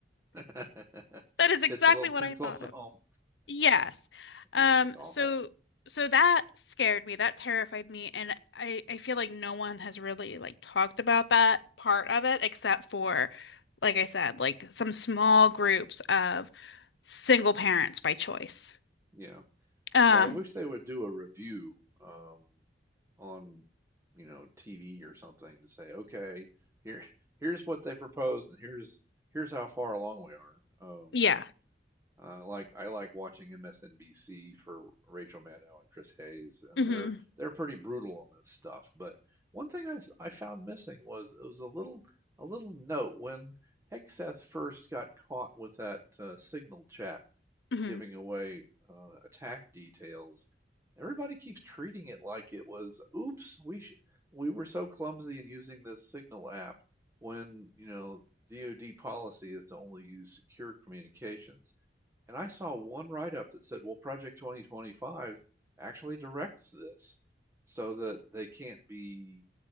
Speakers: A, on the right; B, on the left.
A: <laughs>
B: That is exactly
A: It's a little too
B: what I
A: close
B: thought
A: to
B: of.
A: home.
B: Yes. Um,
A: Yeah, that's awful.
B: so so that scared me. That terrified me. And I I feel like no one has really like talked about that part of it except for, like I said, like some small groups of single parents by choice.
A: Yeah.
B: Um,
A: Yeah, I wish they would do a review um on, you know, TV or something to say, okay, here here's what they proposed and here's here's how far along we are. Um
B: yeah.
A: uh, like I like watching MSNBC for Rachel Maddow and Chris Hayes, and
B: hmm
A: they're they're pretty brutal on this stuff. But one thing I, s- I found missing was it was a little a little note when Hegseth first got caught with that uh, Signal chat
B: hmm
A: giving away uh, attack details, everybody keeps treating it like it was, oops, we should, we were so clumsy in using this Signal app when, you know, DoD policy is to only use secure communications. And I saw one write-up that said, well, Project 2025 actually directs this so that they can't be,